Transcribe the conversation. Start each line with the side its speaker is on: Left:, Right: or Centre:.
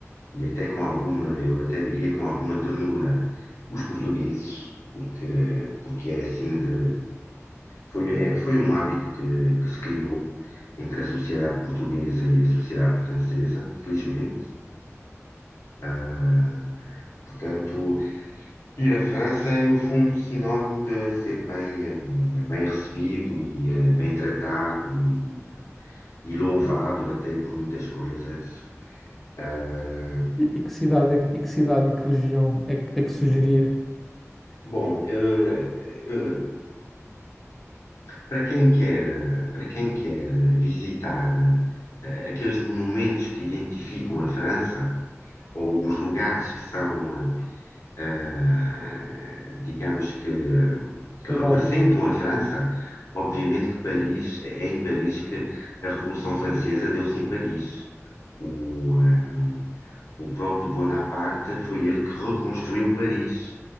Left: e até com alguma, eu até diria com alguma ternura, os portugueses, porque, porque é assim de. Foi, é- foi um hábito que, que se criou entre a sociedade portuguesa e a sociedade francesa, felizmente. Ah, portanto, ir à França é, no fundo, sinónimo de ser bem, eh, bem recebido e eh, bem tratado e, e louvado até por muitas coisas. Ah,
Centre: E, e que cidade é, que- e que cidade e que região é, que é que sugerias?
Left: bom, eh, eh, para quem quer, eh, para quem quer eh, visitar eh, aqueles monumentos que identificam a França, ou os lugares que são eh, ah, digamos que, que
Centre: Simbólico.
Left: representam a França. Obviamente que Paris, é em Paris que a Revolução Francesa deu-se em Paris. O, ah, o próprio Bonaparte foi ele que reconstruiu Paris,